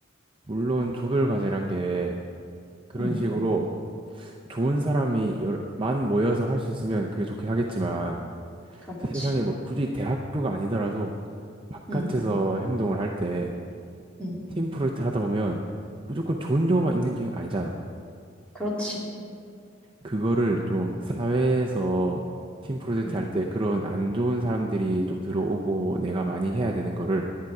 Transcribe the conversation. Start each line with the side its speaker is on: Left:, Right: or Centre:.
Right: 물론 조별 과제란 게 그런
Centre: 응,
Right: 식으로 좋은 사람이 여러- 만 모여서 할 수 있으면 그게 좋긴 하겠지만
Centre: 그렇지,
Right: 세상에 뭐 굳이 대학교가 아니더라도 바깥에서
Centre: 응,
Right: 행동을 할때
Centre: 응,
Right: 팀 프로젝트를 하다 보면 무조건 좋은 경우만 있는 게 아니잖아.
Centre: 그렇지,
Right: 그거를 좀 사회에서 팀 프로젝트
Centre: 응,
Right: 할 때 그런 안 좋은 사람들이 좀 들어오고 내가 많이 해야 되는 거를